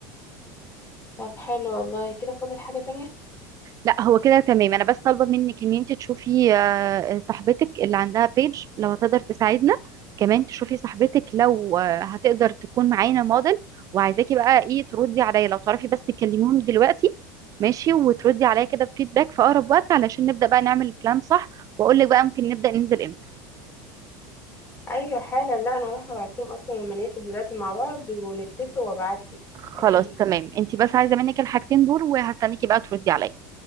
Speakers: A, on the left (about 25°); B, on the right (about 40°).
A: طب حلو والله كده فاضل حاجة تانية
B: لا هو كده تمام انا بس طالبه منك ان انت تشوفي آه، صاحبتك اللي عندها بيج لو هتقدر تساعدنا كمان تشوفي صاحبتك لو آه، هتقدر تكون معانا موديل وعايزاكي بقى ايه تردي عليا لو تعرفي بس تكلميهم دلوقتي ماشي وتردي عليا كده بفيدباك في اقرب وقت علشان نبدا بقى نعمل البلان صح واقول لك بقى ممكن نبدا ننزل امتى
A: ايوه حالا لا انا هروح ابعت لهم اصلا لما نقفل دلوقتي مع بعض ونتفق وابعت لك
B: خلاص
A: اكيد
B: تمام انت بس عايزه منك الحاجتين دول وهستنيكي بقى تردي عليا